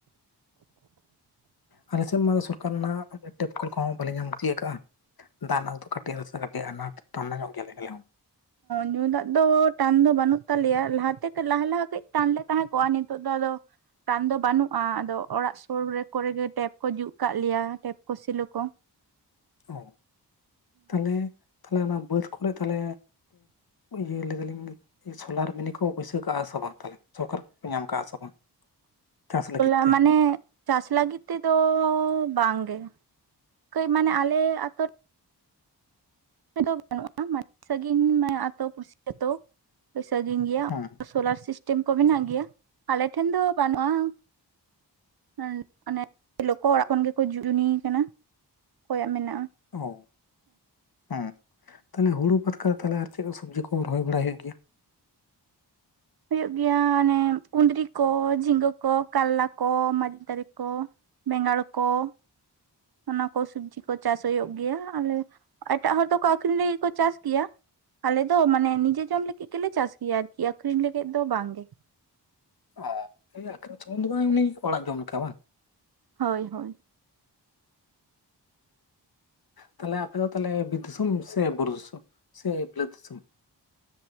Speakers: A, on the left; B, on the right.
A: ᱟᱞᱮ ᱥᱮᱫ ᱢᱟ ᱥᱚᱨᱠᱟᱨ ᱨᱮᱱᱟᱜ ᱴᱮᱯ ᱠᱚᱞ ᱠᱚᱦᱚᱸ ᱵᱟᱞᱮ ᱧᱟᱢ ᱤᱭᱟᱹ ᱠᱟᱜᱼᱟ ᱾ ᱫᱟᱜ ᱨᱮᱱᱟᱜ ᱫᱚ ᱠᱟᱹᱴᱤᱡ ᱠᱟᱹᱴᱤᱡ ᱟᱱᱟᱴ ᱧᱚᱜ ᱜᱮᱭᱟᱞᱮ ᱾
B: ᱧᱩ ᱫᱟᱜ ᱫᱚ ᱴᱟᱱ ᱫᱚ ᱵᱟᱹᱱᱩᱜ ᱛᱟᱞᱮᱭᱟ, ᱞᱟᱦᱟᱛᱮ ᱞᱟᱦᱟ ᱞᱟᱦᱟ ᱠᱟᱹᱡ ᱴᱟᱱ ᱞᱮ ᱛᱟᱦᱮᱸ ᱠᱚᱜᱼᱟ ᱱᱤᱛᱚᱜ ᱫᱚ ᱟᱫᱚᱼᱼ ᱴᱟᱱ ᱫᱚ ᱵᱟᱹᱱᱩᱜᱼᱟ, ᱟᱫᱚ ᱚᱲᱟᱜ ᱥᱩᱨ ᱨᱮ ᱠᱚᱨᱮ ᱜᱮ ᱴᱮᱯ ᱠᱚ ᱡᱩᱛ ᱟᱠᱟᱫ ᱞᱮᱭᱟ, ᱴᱮᱯ ᱠᱚ ᱥᱤᱞᱩ ᱠᱚ ᱼᱼ <inaudible>
A: ᱚ ᱛᱟᱦᱚᱞᱮ, ᱛᱟᱦᱚᱞᱮ ᱚᱱᱟ ᱵᱟᱹᱫᱽ ᱠᱚᱨᱮ ᱛᱟᱦᱚᱞᱮᱼᱼ ᱤᱭᱟᱹ ᱞᱟᱹᱭ ᱟᱞᱤᱧ, ᱥᱳᱞᱟᱨ ᱢᱤᱱᱤ ᱠᱚ ᱵᱟᱹᱭᱥᱟᱹᱣ ᱠᱟᱜᱼᱟ ᱥᱮ ᱵᱟᱝ? ᱛᱟᱦᱚᱞᱮ ᱥᱚᱨᱠᱟᱨ ᱠᱚ ᱧᱟᱢᱼᱼ ᱠᱟᱜ ᱥᱮ ᱵᱟᱝ? ᱪᱟᱥ
B: ᱥᱚᱞᱟ
A: ᱞᱟᱹᱜᱤᱫ ᱛᱮ?
B: ᱢᱟᱱᱮ ᱪᱟᱥ ᱞᱟᱹᱜᱤᱫ ᱛᱮᱫᱚ ᱵᱟᱝᱜᱮ ᱾ ᱠᱟᱹᱡ ᱢᱟᱱᱮ ᱟᱞᱮ ᱟᱹᱛᱩᱼᱼ ᱫᱚ ᱵᱟᱹᱱᱩᱜᱼᱟ, ᱢᱟᱱᱮ ᱥᱟᱺᱜᱤᱧ ᱟᱛᱩ ᱯᱩᱲᱥᱤ ᱛᱚ ᱥᱟᱹᱜᱤᱧ ᱜᱮᱭᱟᱼᱼ
A: ᱦᱮᱸ ᱾
B: ᱥᱳᱞᱟᱨ ᱥᱤᱥᱴᱮᱢ ᱠᱚ ᱢᱮᱱᱟᱜ ᱜᱮᱭᱟ ᱾ ᱟᱞᱮ ᱴᱷᱮᱱ ᱫᱚ ᱵᱟᱹᱱᱩᱜᱼᱟ ᱾ ᱦᱮ ᱚᱱᱮ ᱠᱚ ᱚᱲᱟᱜ ᱠᱷᱚᱱ ᱜᱮᱠᱚ ᱡᱩᱱᱤᱭ ᱠᱟᱱᱟ ᱚᱠᱚᱭᱟᱜ ᱢᱮᱱᱟᱜᱼᱟ ᱾
A: ᱚ ᱦᱮᱸ ᱛᱟᱦᱞᱮ ᱦᱩᱲᱩ ᱵᱟᱹᱫᱽ ᱠᱚ ᱛᱟᱦᱞᱮ ᱟᱨ ᱪᱮᱫ ᱠᱚ ᱥᱚᱵᱽᱡᱤ ᱠᱚ ᱨᱚᱦᱚᱭ ᱵᱟᱲᱟᱭ ᱦᱩᱭᱩᱜ ᱜᱮᱭᱟ?
B: ᱦᱩᱭᱩᱜ ᱜᱮᱭᱟ ᱚᱱᱮ ᱠᱩᱸᱫᱽᱨᱤ ᱠᱚ, ᱡᱷᱤᱸᱜᱟᱹ ᱠᱚ, ᱠᱟᱨᱞᱟ ᱠᱚ, ᱢᱟᱹᱨᱤᱪ ᱫᱟᱨᱮ ᱠᱚ, ᱼᱼ ᱵᱮᱸᱜᱟᱲ ᱠᱚ ᱾ ᱚᱱᱟ ᱠᱚ ᱥᱚᱵᱽᱡᱤ ᱠᱚ ᱪᱟᱥ ᱦᱩᱭᱩᱜ ᱜᱮᱭᱟ, ᱟᱞᱮ ᱮᱴᱟᱜ ᱦᱚᱲ ᱫᱚᱠᱚ ᱟᱹᱠᱷᱨᱤᱧ ᱞᱟᱹᱜᱤᱫ ᱠᱚ ᱪᱟᱥ ᱜᱮᱭᱟ ᱾ ᱟᱞᱮ ᱫᱚ ᱢᱟᱱᱮ ᱱᱤᱡᱮ ᱡᱚᱢ ᱞᱟᱹᱜᱤᱫ ᱜᱮᱞᱮ ᱪᱟᱥ ᱜᱮᱭᱟ, ᱟᱨᱠᱤ ᱟᱹᱠᱷᱨᱤᱧ ᱞᱟᱹᱜᱤᱫ ᱫᱚ ᱵᱟᱝ ᱜᱮ ᱾
A: ᱚ ᱟᱹᱠᱷᱨᱤᱧ ᱥᱩᱢᱩᱝ ᱫᱚ ᱵᱟᱝ ᱮᱢᱱᱤ ᱚᱲᱟᱜ ᱡᱚᱢ ᱞᱮᱠᱟ ᱵᱟᱝ?
B: ᱦᱳᱭ ᱦᱳᱭ ᱾
A: ᱛᱟᱦᱚᱞᱮ ᱟᱯᱮ ᱫᱚ ᱛᱟᱦᱚᱞᱮ ᱵᱤᱨ ᱫᱤᱥᱚᱢ ᱥᱮ, ᱵᱩᱨᱩ ᱫᱤᱥᱚᱢ, ᱥᱮ ᱵᱤᱞᱟᱹᱛ ᱫᱤᱥᱚᱢ?